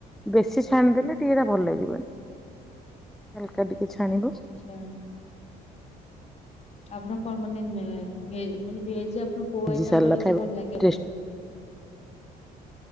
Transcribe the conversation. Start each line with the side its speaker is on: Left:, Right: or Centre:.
Centre: ବେଶୀ ଛାଣିଦେଲେ ଟିକେ ଟ ଭଲ ଲାଗିବନି ଟ କିଛି ଛାଣିବ।
Left: ଆଚ୍ଛା ଆପଣ କଣ ମାନେ ଭେ ମାନେ ଭେଜ୍ କୋଉ
Centre: ସିଝି
Left: ଆଇଟମ୍
Centre: ସାରିଲା
Left: ଟା ବେଶୀ
Centre: ଖାଇବ
Left: ଭଲ ଲାଗେ ଆପଣଙ୍କୁ?
Centre: ଟେଷ୍ଟ